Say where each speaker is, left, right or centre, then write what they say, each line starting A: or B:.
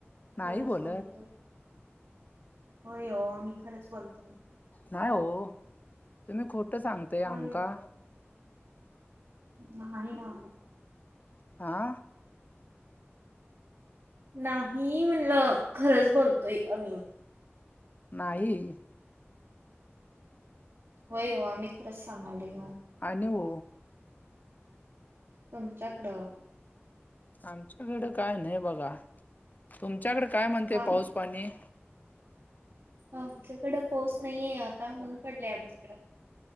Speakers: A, on the left; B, on the right.
A: नाही
B: खरंच
A: बोलत
B: बोलतो. होय हो आम्ही खरंच बोलतो.
A: नाही हो, तुम्ही खोटं सांगतेय
B: होय
A: आमका.
B: हो. नाही ना!
A: हा.
B: नाही म्हणलं, खरंच बोलतोय आमी.
A: नाही.
B: होय हो आम्ही खरंच सांगाल हो.
A: आणि ओ.
B: तुमच्या कडं!
A: आमच्याकडे काय नाही बघा, तुमच्याकडे काय म्हणते
B: का
A: पाऊस पाणी?
B: हा आमच्याकडं पाऊस नाहीये आता, उन पडलाय आमच्याकडं.